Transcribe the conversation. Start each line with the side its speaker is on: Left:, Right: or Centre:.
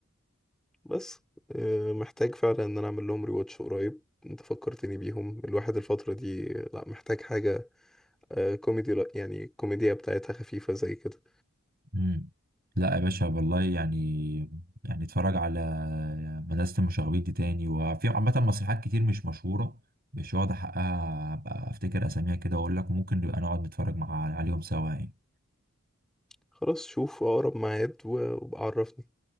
Centre: بس آه، محتاج فعلا ان انا اعمل لهم ريواتش قريب انت فكرتني بيهم الواحد الفترة دي آه، لا محتاج حاجة آه، كوميدي لا يعني الكوميديا بتاعتها خفيفة زي كده
Right: مم. لا يا باشا والله يعني يعني اتفرج على مدرسة المشاغبين دي تاني وفي عامة مسرحيات كتير مش مشهورة مش واخد حقها أبقى أفتكر أساميها كده وأقول لك ممكن نبقى نقعد نتفرج مع عليهم سوا يعني
Centre: خلاص شوف اقرب ميعاد و- وابقى عرفني